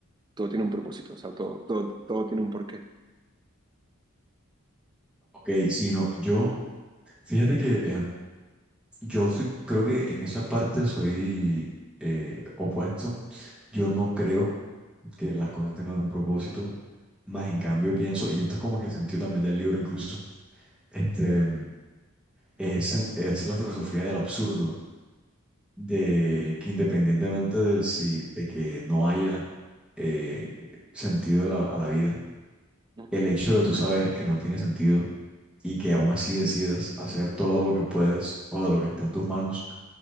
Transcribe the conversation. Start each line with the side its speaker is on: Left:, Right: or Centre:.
Right: todo tiene un propósito, o sea, todo, todo, todo tiene un porqué.
Centre: Ok, si no, yo, fíjate que... Yo sí creo que en esa parte soy eh, opuesto. Yo no creo que las cosas tengan un propósito, más en cambio pienso, y esto es como que el sentido también del libro incluso, este, es, en- es la filosofía del absurdo, de que independientemente de si, de que no haya eh, sentido a la, a la vida,
Right: Ujú,
Centre: el hecho de tú saber que no tiene sentido y que aún así decidas hacer todo lo que puedes o de lo que está en tus manos